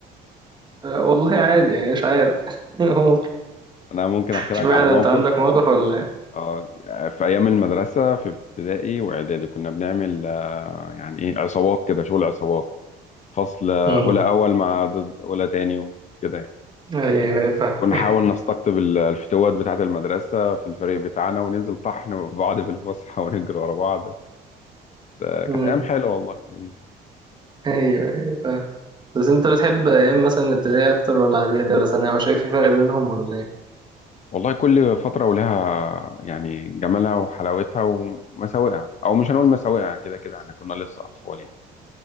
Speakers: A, on the right; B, on the left.
A: آه، والله عادي يعني مش عارف <laughs> ممكن
B: أنا ممكن أحكي
A: اشمعنى
B: لك على موقف
A: انت عندك موقف ولا ايه؟
B: آه، في أيام المدرسة في ابتدائي وإعدادي كنا بنعمل آه، يعني إيه عصابات كده شغل عصابات فصل آه،
A: مم.
B: أولى أول مع ضد أولى تاني وكده يعني.
A: ايوه ايوه فاهم
B: ونحاول نستقطب ال- الفتوات بتاعة المدرسة في الفريق بتاعنا وننزل طحن في بعض في الفسحة <laughs> ونجري ورا بعض آه،
A: مم.
B: كانت أيام حلوة والله جميل
A: ايوه ايوه فاهم بس انت بتحب ايام مثلا ابتدائي اكتر ولا اعدادي ولا ثانوي مش شايف في فرق بينهم ولا ايه
B: والله كل فترة ولها يعني جمالها وحلاوتها ومساوئها أو مش هنقول مساوئها كده كده احنا كنا لسه أطفال يعني